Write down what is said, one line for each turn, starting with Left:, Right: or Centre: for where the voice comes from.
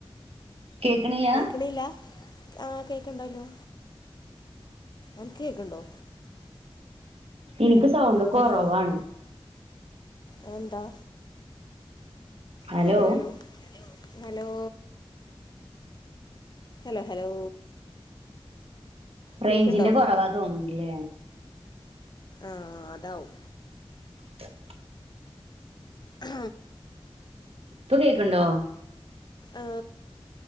Right: കേക്കണില്ല
Left: കേക്ക്ണില്ല ആഹ് കേക്ക്ണ്ടല്ലോ അൻക്ക് കേക്ക്ണ്ടോ
Right: എനിക്ക് സൗണ്ട്
Left: ഹലോ
Right: കൊറവാണ്
Left: അതെന്താ
Right: ഹലോ
Left: കുഴപ്പമില്ലല്ലോ ഹലോ ഹലോ ഹലോ
Right: റേഞ്ചിന്റെ
Left: കേക്ക്ണ്ടോ
Right: കൊറവാ തോന്ന്ണ്ട്ല്ലേ
Left: ആ അതാവും
Right: <inaudible>
Left: ആ
Right: ഇപ്പ കേക്ക്ണ്ടോ
Left: ആ